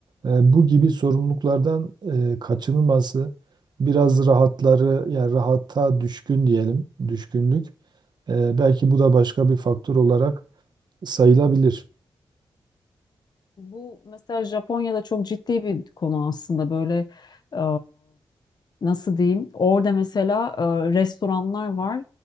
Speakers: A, on the right; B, on the left.
A: e, bu gibi sorumluluklardan e, kaçınılması biraz rahatları yani rahata düşkün diyelim düşkünlük Ee, belki bu da başka bir faktör olarak sayılabilir.
B: Bu mesela Japonya'da çok ciddi bir konu aslında böyle e, nasıl diyeyim orada mesela e, restoranlar var